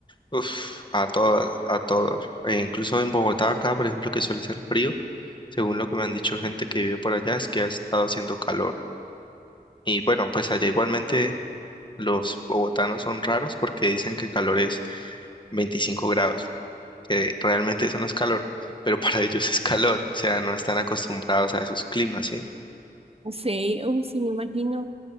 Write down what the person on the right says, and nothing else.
Sí, uy, sí, me imagino.